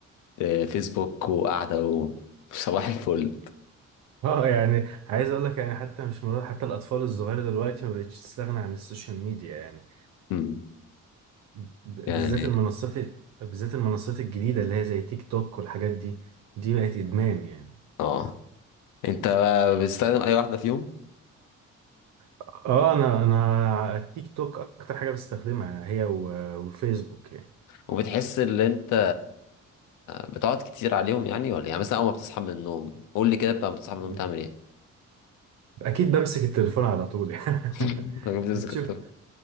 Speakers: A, on the left (about 85°); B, on the right (about 65°).
A: الفيسبوك وقاعده و- <laughs> صباح الفل
B: اه يعني عايز اقول لك يعني حتى مش مرات حتى الاطفال الصغيره دلوقتي ما بقتش تستغنى عن السوشيال ميديا يعني
A: مم.
B: ب-
A: يعني
B: بالذات المنصات ال- بالذات المنصات الجديده اللي هي زي تيك توك والحاجات دي دي بقت ادمان يعني
A: اه انت بتستخدم اي واحده فيهم
B: اه انا انا التيك توك اكتر حاجه بستخدمها هي و- وفيسبوك يعني
A: وبتحس ان انت بتقعد كتير عليهم يعني ولا إيه؟ يعني مثلا اول ما بتصحى من النوم قول لي كده بقى بتصحى من
B: مم.
A: النوم تعمل ايه
B: اكيد بمسك التليفون على طول <laughs> يعني
A: <laughs> أنا بتمسك
B: بتشوف
A: التليفون